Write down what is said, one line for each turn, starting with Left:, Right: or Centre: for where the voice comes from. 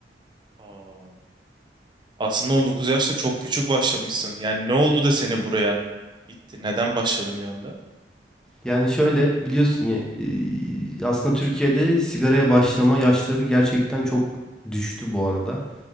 Right: Aa, aslında 19 yaşta çok küçük başlamışsın. Yani ne oldu da seni buraya itti? Neden başladın bir anda?
Centre: Yani şöyle biliyorsun ya e, aslında Türkiye'de sigaraya başlama yaşları gerçekten çok düştü bu arada.